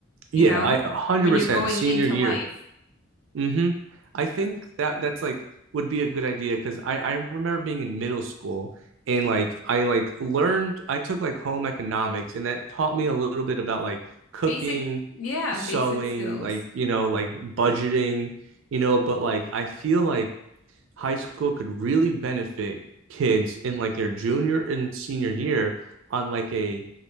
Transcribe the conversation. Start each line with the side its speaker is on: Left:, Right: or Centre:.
Right: Yeah,
Left: you know,
Right: I 100%
Left: when you're going
Right: senior
Left: into
Right: year.
Left: life.
Right: hmm I think
Left: 'Cause
Right: that that's like would be a good idea because I I remember being in middle school and like I like learned I took like home economics and that taught me a little bit about like cooking,
Left: basic, yeah,
Right: sewing,
Left: basic skills,
Right: like you know like budgeting, you know, but like I feel like high school could really benefit kids in like their junior and senior year on like a